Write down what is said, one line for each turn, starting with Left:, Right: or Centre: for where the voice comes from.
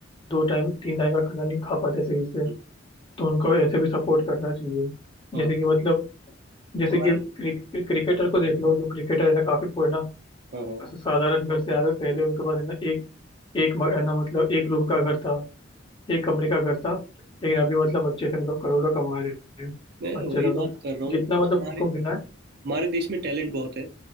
Left: दो टाइम तीन टाइम का खाना नहीं खा पाते सही से
Right: हम्म,
Left: तो उनको ऐसे भी सपोर्ट करना चाहिए जैसे
Right: हाँ क्योंकि
Left: कि मतलब जैसे
Right: हमारे
Left: कि क्रिक, क्रिक- क्रिकेटर को देख लो जो क्रिकेटर है ना काफी पुराना
Right: हाँ हाँ
Left: साधारण घर से आए हुए पहले उनके पास है ना एक एक म- है ना मतलब एक रूम का घर था एक कमरे का घर था लेकिन अभी मतलब अच्छे से मतलब करोड़ों कमा रहे हैं
Right: मैं
Left: अच्छे
Right: वही
Left: से मतलब
Right: बात कर रहा हूँ
Left: जितना
Right: कि
Left: मतलब
Right: हमारे
Left: उनको मिला है
Right: हमारे देश में टैलेंट बहुत है